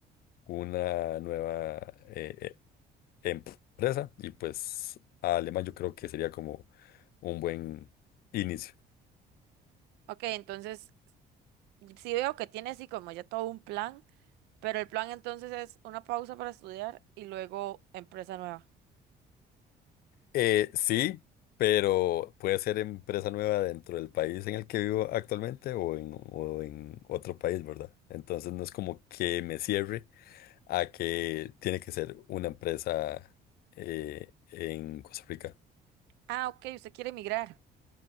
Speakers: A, on the left; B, on the right.
A: una nueva eh, eh, empresa y pues alemán yo creo que sería como un buen inicio.
B: Ok, entonces Sí veo que tiene así como ya todo un plan, pero el plan entonces es una pausa para estudiar y luego empresa nueva.
A: Eh, sí, pero puede ser empresa nueva dentro del país en el que vivo actualmente o en, o en otro país, ¿verdad? Entonces no es como que me cierre a que tiene que ser una empresa eh, en Costa Rica.
B: Ah, ok, usted quiere emigrar.